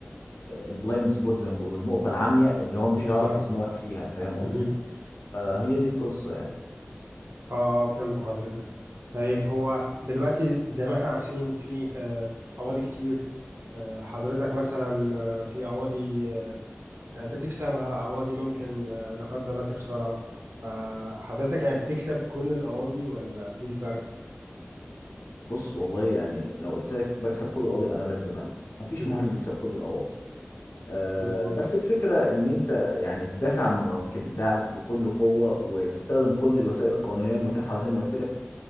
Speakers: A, on the left; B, on the right.
A: البلايند سبوت زي ما بيقولوا النقطة العمياء اللي هو مش
B: بالظبط
A: هيعرف يزنقك فيها فاهم قصدي
B: مهم.
A: فهي دي القصة يعني
B: اه آه، فهمت حضرتك طيب هو دلوقتي زي ما احنا عارفين في آه، قواضي كتير آه، حضرتك مثلا آه، في قواضي آه، بتكسبها قواضي ممكن آه، لا قدر الله تخسرها فحضرتك يعني بتكسب كل القواضي ولا في فرق؟
A: بص والله يعني لو قلت لك بكسب كود القاضي يبقى انا بكذب عليك مفيش
B: مهم.
A: محامي بيكسب كود القواضي أه
B: مظبوط
A: بس الفكره ان انت يعني تدافع عن الموكل بتاعك بكل قوه وتستخدم كل الوسائل القانونيه المتاحه وزي ما قلت لك